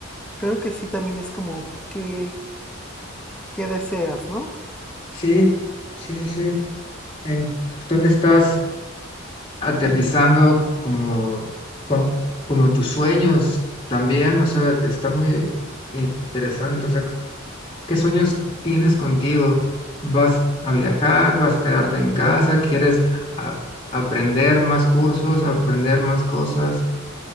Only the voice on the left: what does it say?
Sí, sí, sí, sí. ¿En dónde estás aterrizando como, con, como tus sueños también? O sea, está muy interesante. O sea, ¿qué sueños tienes contigo? ¿Vas a viajar? ¿Vas a quedarte en casa? ¿Quieres a- aprender más cursos, aprender más cosas?